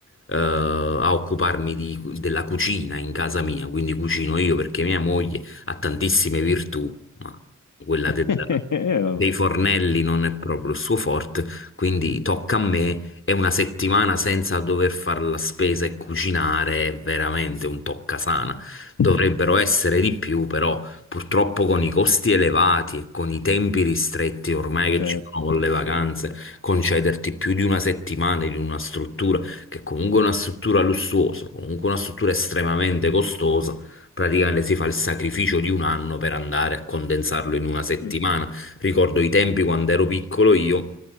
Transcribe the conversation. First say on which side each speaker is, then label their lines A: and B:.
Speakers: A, on the left; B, on the left.
A: eh, a occuparmi di- della cucina in casa mia, quindi cucino io perché mia moglie ha tantissime virtù, ma quella
B: <laughs>
A: del-
B: Eh, vabbè.
A: dei fornelli non è proprio il suo forte, quindi tocca a me. E una settimana senza dover fare la spesa e cucinare è veramente un toccasana dovrebbero
B: <laughs>
A: essere di più, però purtroppo con i costi elevati e con i tempi ristretti ormai che
B: Certo.
A: ci sono con le vacanze, concederti più di una settimana in una struttura che comunque è una struttura lussuosa, comunque una struttura estremamente costosa, praticamente si fa il sacrificio di un anno per andare a condensarlo in una settimana.
B: Mm-mm.
A: Ricordo i tempi quando ero piccolo io,